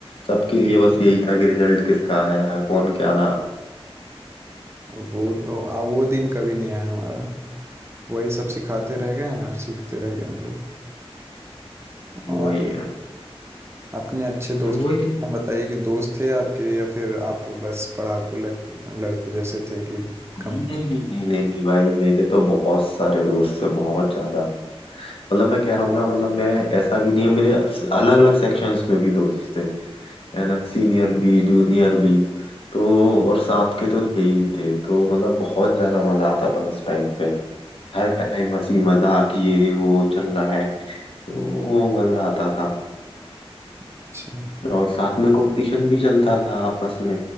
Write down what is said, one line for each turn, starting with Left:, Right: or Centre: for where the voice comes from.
Left: सबके लिए बस यही था कि रिजल्ट किसका आया कौन क्या रहा
Right: अब वो तो आ, वो दिन कभी नहीं आया हमारा वही सब सिखाते रह गए हैं और सीखते रह गए हम लोग और
Left: वही है
Right: अपने अच्छे दोस्त
Left: वही है।
Right: बताइए कि दोस्त थे आपके या फिर आप बस पढ़ाकू लक, लड़कों जैसे थे कि
Left: नहीं
Right: कम
Left: नहीं नहीं नहीं नहीं नहीं भाई मेरे तो बहुत सारे दोस्त थे बहुत ज्यादा मतलब मैं कह रहा हूँ ना मतलब मैं ऐसा भी नहीं है मेरे अलग अलग सेक्शंस में भी दोस्त थे है ना सीनियर भी जूनियर भी तो और साथ के तो थे ही थे तो मतलब बहुत ज्यादा मजा आता था उस टाइम पे हर टाइम हंसी मजाक ये वो चल रहा है तो वो मजा आता था
Right: अच्छा
Left: और साथ में कंपटीशन भी चलता था आपस में